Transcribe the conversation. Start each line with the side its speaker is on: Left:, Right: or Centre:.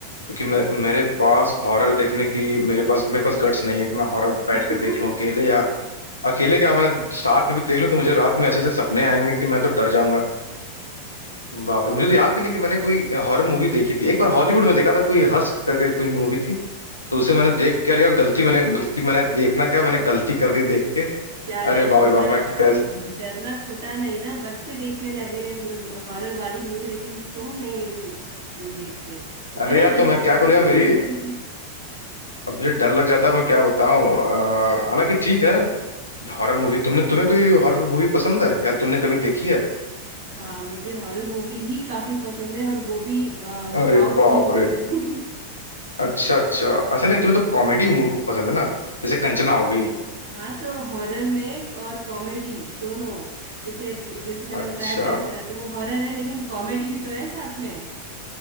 Left: क्योंकि मैं मेरे पास हॉरर देखने की मेरे पास मेरे पास गट्स नहीं है कि मैं हॉरर बैठ
Right: <laughs>
Left: के देख लूं अकेले या अकेले क्या मैं साथ में भी देख लूं तो मुझे रात में ऐसे ऐसे सपने आएंगे कि मैं तो डर जाऊंगा बाप रे मुझे तो याद भी नहीं कि मैंने कोई हॉरर मूवी देखी थी एक बार हॉलीवुड में देखा था कोई हस्क करके कोई मूवी थी तो उसे मैंने देख क्या लिया गलती मैंने बल्कि मैंने देखना क्या मैंने गलती कर दी देख के
Right: क्या यार
Left: अरे बाप
Right: तुम्हारा
Left: रे बाप मैं
Right: अभी
Left: कैस
Right: डरना छूटा नहीं ना बच्चे देखने लगे हॉरर वाली मूवी लेकिन तुम नहीं देखते इतना
Left: अरे यार
Right: डरते
Left: तो मैं क्या
Right: हो
Left: करूँ यार मेरी
Right: <laughs>
Left: अब मुझे डर लग जाता है मैं क्या बताऊं अ, हालांकि ठीक है हॉरर मूवी तुमने तुम्हें कोई हॉरर मूवी पसंद है या तुमने कभी देखी है
Right: हाँ मुझे हॉरर मूवी ही काफी पसंद है और वो भी साउथ
Left: अरे बाप
Right: की मूवी
Left: रे
Right: <laughs>
Left: अच्छा अच्छा अच्छा नहीं तुम्हें तो कॉमेडी पसंद है ना जैसे कंचना हो गई
Right: हाँ तो हॉरर में और कॉमेडी दोनों जैसे जैसे मैंने
Left: अच्छा
Right: बताया कंचना तो वो हॉरर है लेकिन कॉमेडी भी तो है साथ में